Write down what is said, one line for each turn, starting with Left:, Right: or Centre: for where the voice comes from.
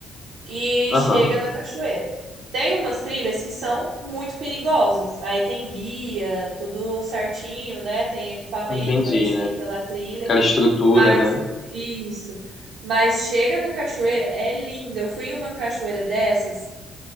Right: E
Left: Aham,
Right: chega na cachoeira. Tem umas trilhas que são muito perigosas. Aí tem guia, tudo certinho, né? Tem equipamento
Left: entendi,
Right: para você
Left: né?
Right: ir pela trilha.
Left: Aquela estrutura,
Right: Mas,
Left: né?
Right: isso. Mas chega na cachoeira, é linda. Eu fui em uma cachoeira dessas